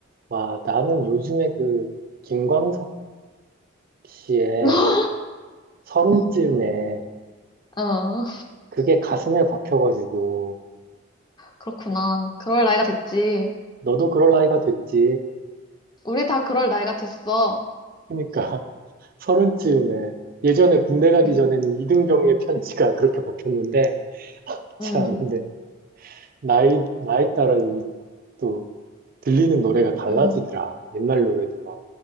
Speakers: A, on the right; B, on the left.
A: 와, 나는 요즘에 그 김광석 씨의
B: <laughs>
A: 서른쯤에
B: 어,
A: 그게 가슴에 박혀가지고
B: 그렇구나. 그럴 나이가 됐지.
A: 너도 그럴 나이가 됐지.
B: 우리 다 그럴 나이가 됐어.
A: 그러니까 <laughs> 서른쯤에 예전에 군대 가기
B: 응,
A: 전에는 이등병의 편지가 그렇게 박혔는데 참,
B: 응,
A: 근데 나이 나이 따라 이또 들리는 노래가 달라지더라.
B: 응,
A: 옛날 노래도 막